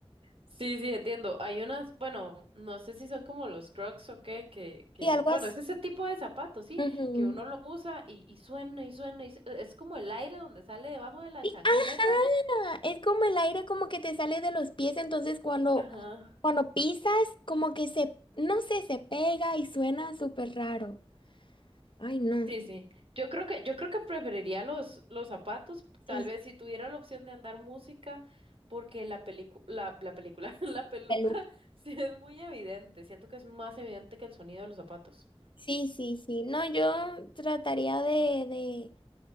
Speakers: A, on the right; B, on the left.
A: Sí, sí, entiendo. Hay unas, bueno, no sé si son como los Crocs o qué, que, que,
B: y algo
A: bueno,
B: así.
A: es ese tipo de zapatos, sí,
B: Ujú.
A: que uno lo usa y, y suena y suena y su- e, es como el aire donde sale debajo de la
B: Sí,
A: chancleta.
B: ajá, es como el aire como que te sale de los pies, entonces cuando,
A: Ajá.
B: cuando pisas como que se, no sé, se pega y suena súper raro. Ay, no.
A: Sí, sí. Yo creo que, yo creo que preferiría los, los zapatos, tal
B: Sí,
A: vez si tuviera la opción de andar música, porque la película, la, la película, <laughs> la peluca
B: peluca.
A: sí es muy evidente. Siento que es más evidente que el sonido de los zapatos.
B: Sí, sí, sí. No, yo trataría de, de...